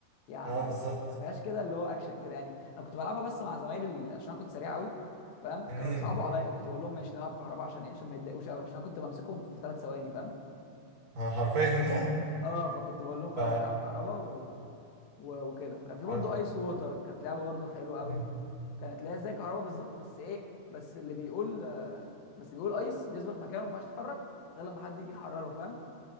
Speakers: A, on the left; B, on the right.
A: يعني
B: اه بالظبط
A: ما فيهاش كده اللي هو اكشن كده يعني انا كنت بلعبها بس مع زمايلي ال- عشان انا كنت سريع قوي فاهم فكانوا
B: امم
A: بيصعبوا عليا فكنت بقول لهم ماشي نلعب كهربا عشان ايه عشان ما يتضايقوش قوي عشان انا كنت بمسكهم في ثلاث ثواني فاهم
B: آه، حرفيا <laughs> ده
A: اه فكنت بقول لهم خلاص
B: ف
A: نلعب كهربا و... و... وكده كان في برضو
B: أنا-
A: ايس ووتر كانت لعبه برضو حلوه
B: مم.
A: قوي كانت اللي هي زي كهرباء بالظبط بس ايه بس اللي بيقول آه، بس اللي بيقول ايس بيثبت مكانه ما ينفعش يتحرك غير لما حد يجي يحرره فاهم